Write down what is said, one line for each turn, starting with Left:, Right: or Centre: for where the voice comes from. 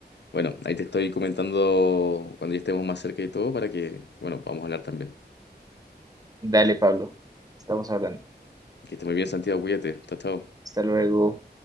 Left: Bueno, ahí te estoy comentando cuando ya estemos más cerca y todo para que, bueno, podamos hablar también.
Right: dale, Pablo, estamos hablando.
Left: Que esté muy bien, Santiago, cuídate. Chao, chao.
Right: Hasta luego.